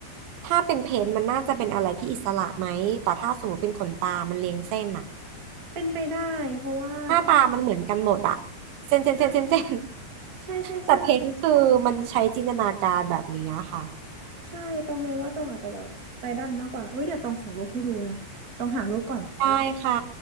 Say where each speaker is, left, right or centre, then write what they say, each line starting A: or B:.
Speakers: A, on the right; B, on the right.
A: ถ้าเป็นเพนท์มันน่าจะเป็นอะไรที่อิสระไหมแต่ถ้าสมมติเป็นขนตามันเรียงเส้นอะ
B: เป็นไปได้เพราะว่า
A: หน้าตามันเหมือนกันหมดอะเส้นเส้นเส้นเส้นเส้น
B: ใช่ใช่ใช่ใช่
A: แต่เพนคือมันใช้จินตนาการแบบนี้ค่ะ
B: ใช่ตรงเลยว่าตรงอาจจะแบบไปด้านมากกว่า เอ้ยเดี๋ยวตองส่งรูปให้ดูนะต้องหารูปก่อน
A: ได้ค่ะ